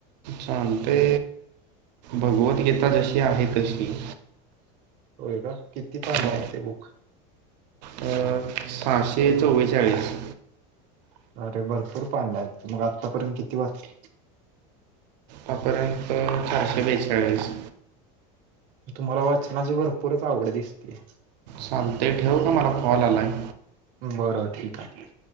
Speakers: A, on the right; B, on the right.
A: सांगते भगवत गीता जशी आहे तशी.
B: होय का किती पाहण्या
A: अ,
B: आहे तेे बुक.
A: अ, सहाशे चव्वेचाळीस.
B: अरे भरपूर पान आहेत मग आत्तापर्यंत किती वाजतील.
A: हपर्यंत चारशे बेचाळीस.
B: तुम्हाला वाचनाची भरपूरच आवड दिसते.
A: चालते ठेवू का मला कॉल आलाय.
B: बर ठीक आहे.